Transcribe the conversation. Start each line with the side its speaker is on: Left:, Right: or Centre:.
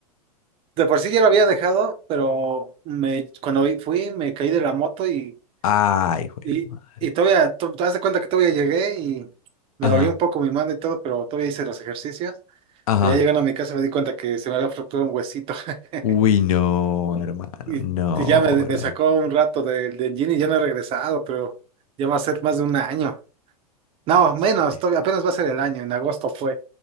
Right: de por sí ya lo había dejado, pero me, cuando fui me caí de la moto y
Left: ay, jue
Right: Y,
Left: madre.
Right: y todavía, tú, tú haz de cuenta que todavía llegué y me
Left: Ajá,
Right: dolió un poco mi mano y todo, pero todavía hice los ejercicios.
Left: ajá.
Right: Pero ya llegando a mi casa me di cuenta que se me había fracturado un huesito. <laughs>
Left: Uy, no, hermano,
Right: Y,
Left: no,
Right: y ya me,
Left: bro.
Right: me sacó un rato del del gym y ya no he regresado, pero ya va a ser más de un año. No, menos,
Left: Sí.
Right: todavía apenas va a ser el año, en agosto fue.